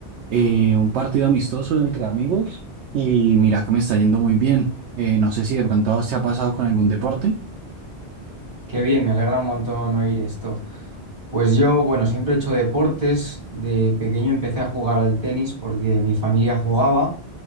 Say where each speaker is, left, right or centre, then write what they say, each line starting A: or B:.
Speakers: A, on the right (about 80°); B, on the right (about 65°).
A: eh, un partido amistoso entre amigos y mira que me está yendo muy bien. Eh, no sé si de pronto a vos te ha pasado con algún deporte.
B: Qué bien, me alegra un montón oír esto. Pues yo, bueno, siempre he hecho deportes. De pequeño empecé a jugar al tenis porque mi familia jugaba